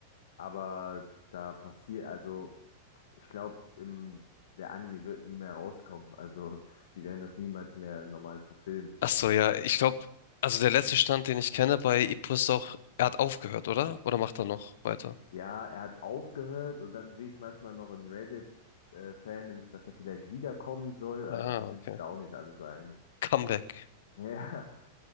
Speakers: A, on the left (about 85°); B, on the left (about 65°).
A: aber da passiert, also ich glaube, der Anime wird nie mehr rauskommen. Also <laughs> die werden das niemals mehr normal verfilmen.
B: Ach so, ja, ich glaube, also der letzte Stand, den ich kenne bei Ippo ist auch, er hat aufgehört, oder? Oder macht er noch weiter?
A: Ja, er hat aufgehört und dann sehe ich manchmal noch in Reddit-Fandoms, dass er vielleicht wiederkommen soll. Also
B: Ah,
A: die sind
B: okay.
A: sich da auch nicht alle so einig.
B: Comeback.
A: <laughs> Ja,